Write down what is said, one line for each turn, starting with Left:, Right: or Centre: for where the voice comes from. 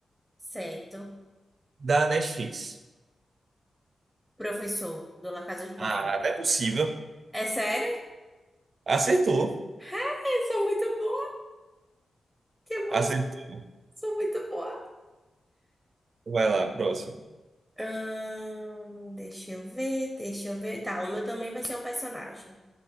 Centre: Certo.
Right: da Netflix.
Centre: Professor do La Casa de Papel.
Right: Ah, não é possível.
Centre: É sério?
Right: Acertou.
Centre: <laughs> Ah, eu sou muito boa. Que emoção.
Right: Acertou.
Centre: Sou muito boa.
Right: Vai lá, próximo.
Centre: Ahn, deixa eu ver, deixa eu ver. Tá, o meu também vai ser um personagem.